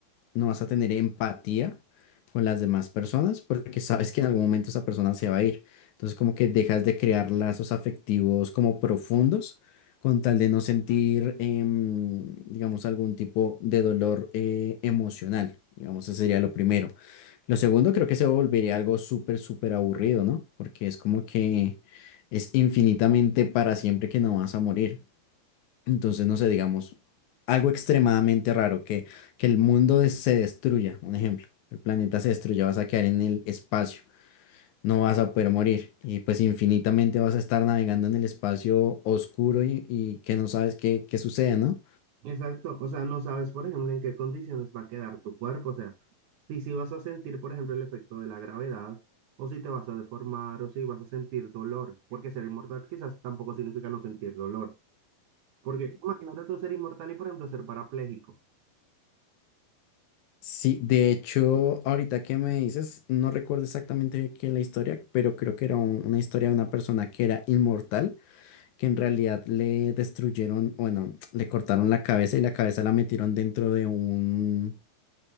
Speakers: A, on the left; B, on the right.
A: no vas a tener empatía con las demás personas porque sabes que en algún momento esa persona se va a ir. Entonces como que dejas de crear lazos afectivos como profundos con tal de no sentir, em, digamos, algún tipo de dolor eh, emocional. Digamos, ese sería lo primero. Lo segundo creo que se volvería algo súper, súper aburrido, ¿no? Porque es como que es infinitamente para siempre que no vas a morir. Entonces, no sé, digamos, algo extremadamente raro, que, que el mundo des- se destruya, un ejemplo, el planeta se destruya, vas a quedar en el espacio, no vas a poder morir y pues infinitamente vas a estar navegando en el espacio oscuro y, y que no sabes qué, qué sucede, ¿no?
B: Exacto. O sea, no sabes, por ejemplo, en qué condiciones va a quedar tu cuerpo. O sea, si, si vas a sentir, por ejemplo, el efecto de la gravedad, o si te vas a deformar, o si vas a sentir dolor, porque ser inmortal quizás tampoco significa no sentir dolor. Porque imagínate tú ser inmortal y, por ejemplo, ser parapléjico.
A: Sí, de hecho, ahorita que me dices, no recuerdo exactamente qué es la historia, pero creo que era un- una historia de una persona que era inmortal, que en realidad le destruyeron, bueno, <tsk> le cortaron la cabeza y la cabeza la metieron dentro de un,